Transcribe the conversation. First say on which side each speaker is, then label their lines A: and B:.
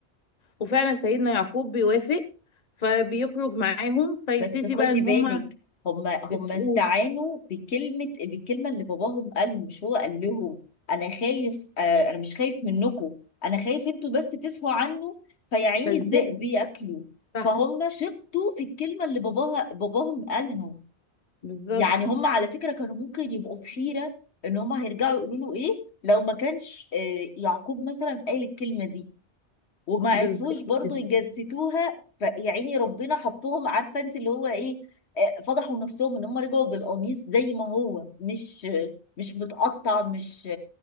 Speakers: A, on the left (about 40°); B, on the left (about 75°).
A: وفعلا سيدنا يعقوب بيوافق فبيخرج معاهم فيبتدي
B: بس خدي
A: بقى ان
B: بالك
A: هما
B: هم هم
A: يتقول
B: استعانوا بكلمة بالكلمة اللي باباهم قالهم مش هو قال لهم أنا خايف آه أنا مش خايف منكم أنا خايف أنتوا بس تسهوا عنه فيا عيني
A: فازاي
B: الذئب بياكلوا
A: صح
B: فهم شبطوا في الكلمة اللي باباها باباهم قالها
A: بالظبط
B: يعني هم على فكرة كانوا ممكن يبقوا في حيرة إن هم هيرجعوا يقولوا له إيه لو ما كانش آه يعقوب مثلا قال الكلمة دي وما
A: بالظبط
B: عرفوش برضو
A: كده
B: يجسدوها فيا عيني ربنا حطهم عارفه انت اللي هو ايه آه، فضحوا نفسهم ان هم رجعوا بالقميص زي ما هو مش مش متقطع مش